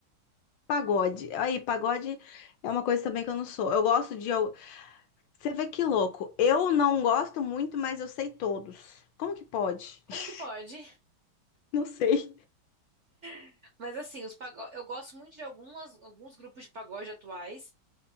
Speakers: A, on the left; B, on the right.
A: Pagode. Aí, pagode é uma coisa também que eu não sou. Eu gosto de. al- Você vê que louco. Eu não gosto muito, mas eu sei todos. Como que pode?
B: Como
A: <laughs>
B: que pode?
A: Não sei.
B: <laughs> Mas assim, os pago... eu gosto muito de algumas, alguns grupos de pagode atuais,